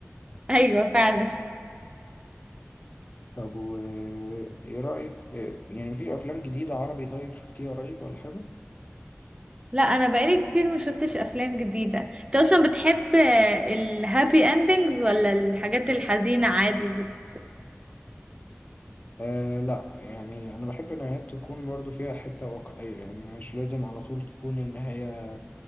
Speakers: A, on the right; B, on the left.
A: ايوه فعلا
B: طب و آه، ايه رايك آه، يعني مفيش افلام جديده عربي طيب شفتيها قريب ولا حاجه
A: لا انا بقالي كتير ما شفتش افلام جديده انت اصلا بتحب الهابي اندنجز ولا الحاجات الحزينه عادي بت...
B: آه لا يعني انا بحب النهايات تكون برضو فيها حته واقعيه يعني مش لازم على طول تكون النهايه